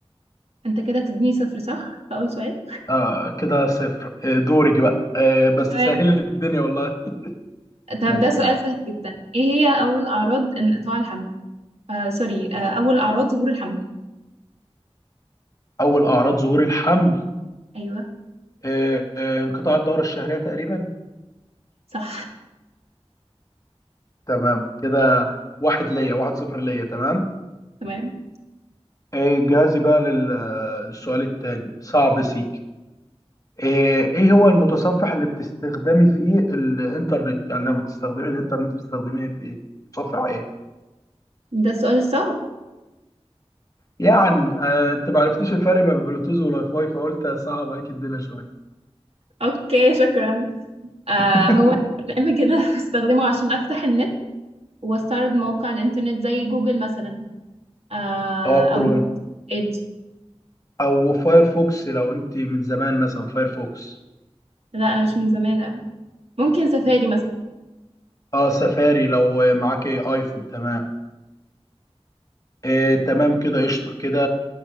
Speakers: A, on the right; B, on the left.
A: انت كده تديني صفر صح فاول سؤال
B: آه كده صفر آه، دورك بقى آه بس
A: تمام
B: سهل الدنيا والله
A: طب
B: ماشي
A: ده سؤال
B: تمام
A: سهل جدا ايه هي اول اعراض انقطاع الحمل آه سوري آه اول اعراض ظهور الحمل
B: اول اعراض ظهور الحمل
A: ايوه
B: آه آه انقطاع الدوره الشهريه تقريبا
A: صح
B: تمام كده واحد ليا واحد صفر ليا تمام
A: <laughs> تمام
B: إيه، جاهزي بقى لل- للسؤال التاني صعب سيك ايه إيه هو المتصفح اللي بتستخدمي فيه الانترنت يعني لما بتستخدمي الانترنت بتستخدميه بايه متصفح ايه
A: ده السؤال الصعب
B: يعني آه، انت ما عرفتيش الفرق بين بلوتوث والواي فاي فقلت صعب عليك الدنيا شويه
A: اوكي شكرا آه
B: <laughs>
A: هو برنامج كده <laughs> بستخدمه عشان افتح النت واستعرض موقع الانترنت زي جوجل مثلا آه
B: اه
A: او
B: كروم
A: ايد
B: او فايرفوكس لو انت من زمان مثلا فايرفوكس
A: لا انا مش من زمان قوي ممكن سفاري مثلا
B: اه سفاري لو معاك ايفون تمام إيه تمام كده قشطه كده